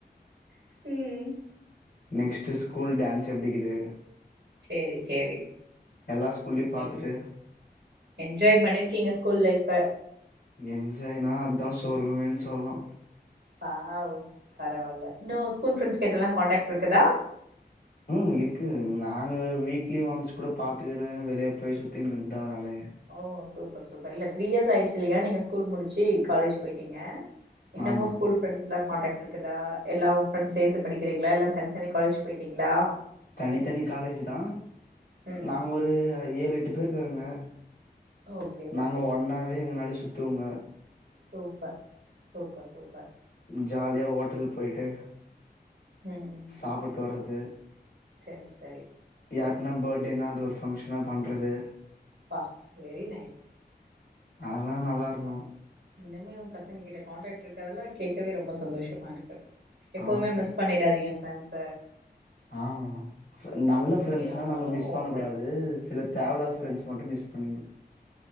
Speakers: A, on the right; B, on the left.
A: உம்
B: நெக்ஸ்ட்டு ஸ்கூல் டான்ஸ்சு எப்டிக்கிது
A: சேரி சேரி
B: எல்லா ஸ்கூல்லயு பாத்துட்டு
A: என் என்ஜாய் பண்ணிருக்கீங்க ஸ்கூல் லைஃப்ஃப
B: என்ஜாய்னா அத்தா சொர்க்கமேன் சொல்லா
A: வாவ் பரவால்ல இன்னு ஸ்கூல் ஃப்ரெண்ட்ஸ் கிட்டல்லா காண்டக்ட் இருக்குதா
B: ம் இருக்கு நாங்க வீக்லி ஒன்ஸ் குட பாத்துக்குனு வெளிய போய் சுத்தின்கிர்தா வேலயே
A: ஓ சூப்பர் சூப்பர் இல்ல த்ரீ இயர்ஸ் ஆயிடுச்சு இல்லயா நீங்க ஸ்கூல் முடிச்சு காலேஜ் போயிட்டீங்க இன்னமா
B: ஆமா.
A: ஸ்கூல் ஃப்ரெண்ஸ்லா காண்டக்ட் இருக்குதா எல்லா <unintelligible> சேத்து படிக்கிறிங்கலா இல்ல தனித்தனி காலேஜ் போயிட்டீங்ளா
B: தனித்தனி காலேஜ் தா
A: ம்
B: நாங்க ஒரு ஏழ் எட்டு பேர்ருக்கறங்க
A: ஓகே ஓகே
B: நாங்க ஒன்னாவே எங்கனாலயு சுத்துவுங்க
A: சூப்பர் சூப்பர் சூப்பர்
B: ம் ஜாலியா ஹோட்டல் போய்ட்டு
A: உம் ம்
B: சாப்புட் வர்றது
A: சேர் சேரி
B: யாருக்னா பர்த்டேனா அது ஒரு ஃபங்க்ஷனா பண்றது
A: வா வெரி நைஸ்
B: அதெலா நல்லாருக்கு
A: இன்னுமே உங் பசங்க கிட்ட கான்டாக்ட் இருக்கற்தெல்லா கேட்கவே ரொம்ப சந்தோஷமா இருக்கு எப்போதுமே
B: ஆ
A: மிஸ் பண்ணிடாதீங்க ஃப்ரெண்ட்ஸ்ச
B: ஆ ஃப நல்ல ஃப்ரெண்ட்ஸ்னா
A: ஆனாலு
B: நம்ம மிஸ் பண்ண
A: ஃப்ரெண்ட்
B: கூடாது சில தேவயில்லாத ஃப்ரெண்ட்ஸ் மட்டு மிஸ் பண்ணிருனு